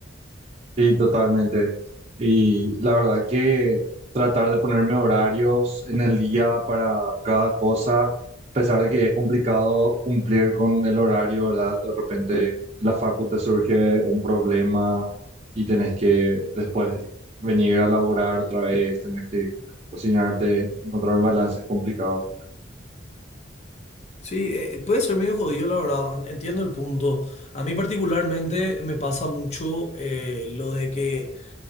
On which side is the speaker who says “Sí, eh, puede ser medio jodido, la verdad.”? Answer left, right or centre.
Left